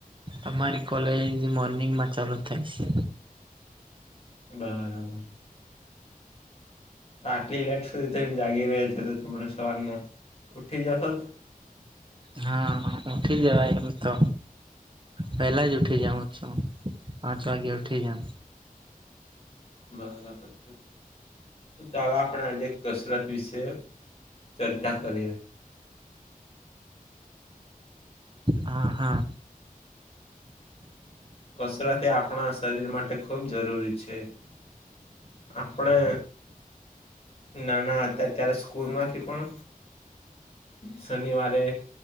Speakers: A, on the right; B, on the left.
A: અમારી કોલેજ મોર્નિંગ માં ચાલુ થાય છે
B: બરાબર તો આટલી લેટ સુધી થને જાગી રહ્યા છે તો તમે સવારના ઉઠી જશો?
A: હા ઉઠી જવાય એમ તો પેલા જ ઉઠી જઉ છુ પાંચ વાગે ઉઠી જમ
B: બરાબર તો ચાલો આપણે આજે કસરત વિશે ચર્ચા કરીએ
A: હા હા
B: કસરત એ આપણા શરીર માટે ખૂબ જરૂરી છે આપણે ના ના અતત્યારે સ્કૂલ માંથી પણ શનિવારે